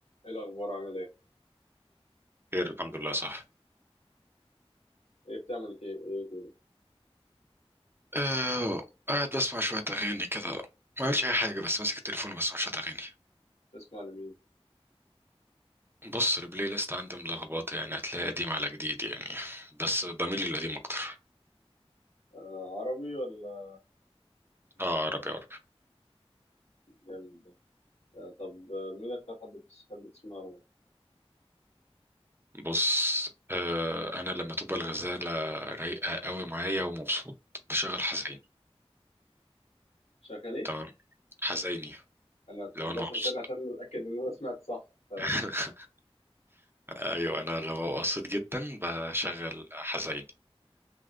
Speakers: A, on the left (about 80°); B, on the right (about 20°).
A: ايه الاخبار عامل ايه
B: خير الحمد لله صح
A: ايه بتعمل ايه ايه كده
B: أه قاعد بسمع شوية أغاني كده ما عملتش أي حاجة بس ماسك التليفون وبسمع شوية أغاني
A: بتسمع لمين
B: بص البلاي ليست عندي ملخبطة يعني هتلاقي قديم على جديد يعني بس بميل للقديم أكتر
A: آه عربي ولا أجنبي؟
B: اه عربي عربي
A: جامد ده آه طب آه، مين اكتر حد بتحب تسمع له
B: بص أه أنا لما تبقى الغزالة رايقة قوي معايا ومبسوط بشغل حزيني
A: شغال ايه
B: تمام حزيني
A: انا ت-
B: لو أنا
A: بسأل
B: مبسوط
A: تاني عشان اتاكد ان انا سمعت صح ف... <laughs>
B: <laughs> ايوه انا لما ببقى مبسوط جدا بشغل حزين